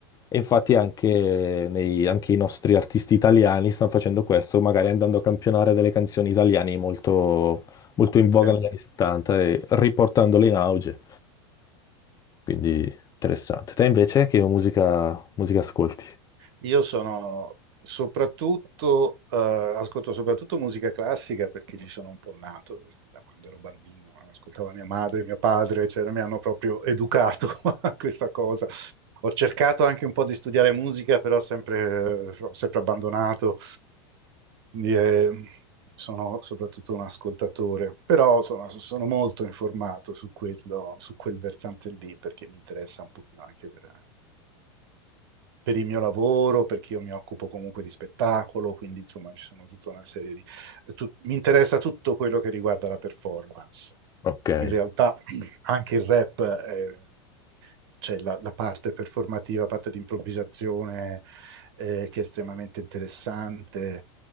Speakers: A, on the left; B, on the right.
A: E infatti anche, nei- anche i nostri artisti italiani stanno facendo questo, magari andando a campionare delle canzoni italiane molto, molto in voga
B: Cioè,
A: negli anni 70 e riportandole in auge. Quindi interessante. Te invece che musica, musica ascolti?
B: io sono soprattutto, eh, ascolto soprattutto musica classica perché ci sono un po' nato, perché da quando ero bambino, eh, ascoltava mia madre, mio padre, cioè mi hanno proprio educato <laughs> a questa cosa. Ho cercato anche un po' di studiare musica, però sempre, eh, ho sempre abbandonato. Quindi eh, sono soprattutto un ascoltatore, però insomma, so- sono molto informato su quello, su quel versante lì perché mi interessa un pochino anche per, per il mio lavoro, perché io mi occupo comunque di spettacolo, quindi insomma ci sono tutta una serie di... tut- mi interessa tutto quello che riguarda la performance.
A: Ok.
B: In realtà <clears throat> anche il rap c'è la, la parte performativa, la parte di improvvisazione eh, che è estremamente interessante.